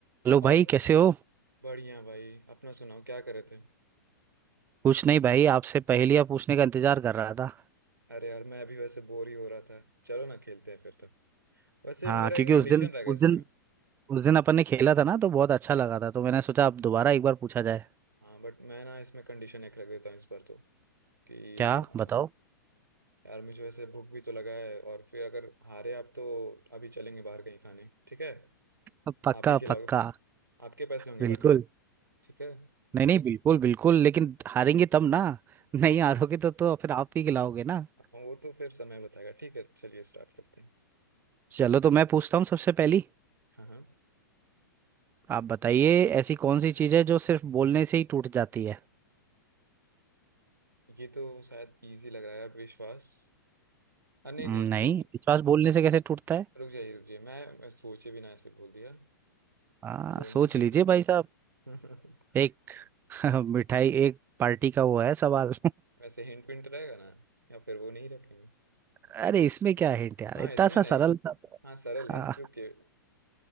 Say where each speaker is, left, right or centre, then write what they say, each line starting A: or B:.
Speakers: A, on the right (about 20°); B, on the right (about 85°).
A: Hello
B: और
A: भाई कैसे हो
B: बढ़िया भाई अपना सुनाओ क्या कर रहे थे
A: कुछ नहीं भाई आपसे पहेलियां पूछने का इंतजार कर रहा था
B: अरे यार मैं अभी वैसे बोर ही हो रहा था चलो ना खेलते हैं फिर तो वैसे
A: हाँ
B: मेरा
A: क्योंकि
B: एक कंडीशन
A: उस दिन
B: रहेगा
A: उस
B: इसमें
A: दिन उस दिन अपन ने खेला था ना तो बहुत अच्छा लगा था तो मैंने सोचा अब दोबारा एक बार पूछा जाए
B: हाँ बट मैं ना इसमें कंडीशन एक रख देता हूँ इस बार तो कि
A: क्या
B: आ,
A: बताओ
B: यार मुझे वैसे भूख भी तो लगा है और फिर अगर हारे आप तो अभी चलेंगे बाहर कहीं खाने ठीक है
A: अब पक्का
B: आप ही खिलाओगे
A: पक्का
B: आपके पैसे होंगे
A: बिल्कुल
B: बट ठीक है
A: नहीं नहीं बिल्कुल बिल्कुल लेकिन हारेंगे तब ना <laughs> नहीं हारोगे
B: अच्छा
A: तो तो फिर आप ही खिलाओगे ना
B: हाँ, वो तो फिर समय बताएगा ठीक है चलिए स्टार्ट करते हैं
A: चलो तो मैं पूछता हूँ सबसे पहली
B: हाँ हाँ
A: आप बताइए ऐसी कौन सी चीज़ है जो सिर्फ बोलने से ही टूट जाती है
B: ये तो शायद इजी लग रहा है विश्वास अ, नहीं
A: हम्म,
B: नहीं
A: नहीं
B: छू
A: विश्वास बोलने से कैसे टूटता है
B: रुक जाइए रुक जाइए मैं, मैं सोचे भी ना ऐसे बोल दिया
A: हाँ
B: बोलने
A: सोच
B: से
A: लीजिए
B: टू
A: भाई साहब
B: <laughs>
A: एक <laughs> मिठाई एक पार्टी का वो है सवाल
B: वैसे हिंट विंट रहेगा ना या फिर वो नहीं रखेंगे
A: <laughs> अरे इसमें क्या हिंट यार
B: हाँ
A: इतना
B: इसमें
A: सा
B: नहीं
A: सरल था तो।
B: हाँ सरल है
A: हाँ
B: रुकिए